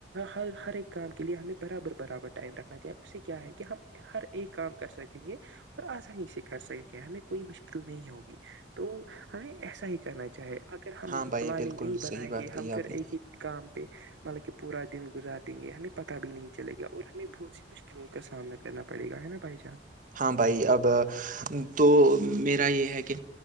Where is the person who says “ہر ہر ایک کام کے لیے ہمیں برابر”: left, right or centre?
Right